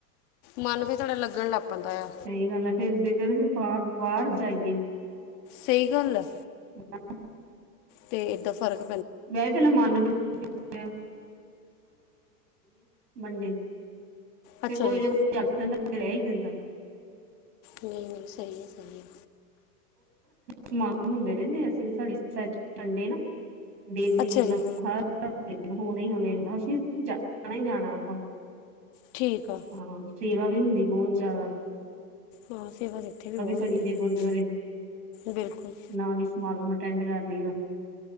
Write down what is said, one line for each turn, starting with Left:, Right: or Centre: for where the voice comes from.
Left: ਮਾਨ ਵੀ ਥੋੜਾ ਲੱਗਣ ਲਾੱਗ ਪੈਂਦਾ ਆ।
Right: ਸਈ ਗਾੱਲ ਐ ਫੇਰ ਦੇਖਦੇ ਵੀ ਬਾਰ, ਬਾਰ ਜਾਈਏ
Left: ਸਈ ਗਾੱਲ ਐ।
Right: ਹ <inaudible>
Left: ਤੇ ਏਦਾ ਫਰਗ
Right: ਮੈਂ ਪਹਿ ਮਨ ਬਣਾ ਵੰਡੇ <unintelligible>
Left: ਅੱਛਾ
Right: ਫਿਰ ਕੋਈ
Left: ਜੀ
Right: ਰ ਜਾਂਦਾ ਰਹਿ ਹੀ ਜਾਂਦਾ
Left: ਨਹੀ ਨਹੀ ਸਹੀ ਹੈ ਸਹੀ ਹੈ
Right: ਸਮਾਨ ਹੁੰਦੇ ਰਹਿੰਦੇ ਅਸੀ ਸਾਡੇੰਡੇ ਨਾ ਡੇਲੀ
Left: ਅੱਛਾ
Right: ਮਤਲਬ
Left: ਜੀ
Right: ਹਰ ਹਫਤੇ ਹੋਣੇ ਹੋਣੇ ਅਸੀ ਜਾਣਾ ਹੀ ਜਾਣਾ ਆਪਾਂ।
Left: ਠੀਕ ਆ
Right: ਹਾਂ ਸੇਵਾ ਵੀ ਹੁੰਦੀ ਬਹੁਤ ਜ਼ਿਆਦਾ
Left: ਹਾਂ ਸੇਵਾ ਇਥੇ ਵੀ ਬਹੁਤ
Right: ਕਦੀ
Left: ਹੁੰਦੀ
Right: ਜੇ
Left: ਹੈ
Right: ਗੁਰਦੁਆਰੇ
Left: ਬਿਲਕੁਲ
Right: ਨਾਲ ਹੀ ਸਮਾਗਮ ਅਟੈਂਡ ਕਰ ਲਈ ਦਾ